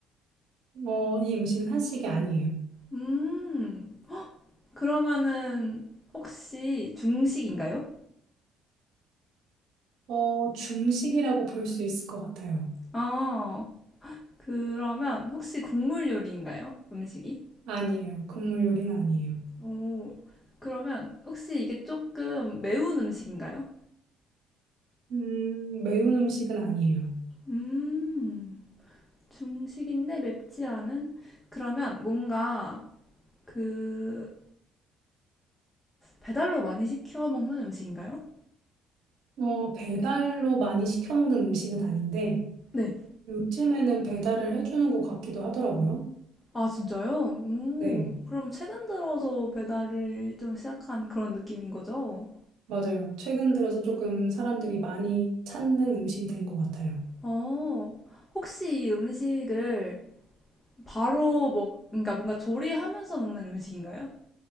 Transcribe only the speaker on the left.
음, 그러면은 혹시 중식인가요?
아 그러면 혹시 국물 요리인가요? 음식이?
오, 그러면 혹시 이게 조금 매운 음식인가요?
음. 중식인데 맵지 않은? 그러면 뭔가 그 배달로 많이 시켜 먹는 음식인가요?
네.
아, 진짜요? 오,
그럼 최근 들어서 배달을 좀 시작한 그런 느낌인 거죠?
어, 혹시 이 음식을 바로 먹, 그러니까 뭔가 조리하면서 먹는 음식인가요?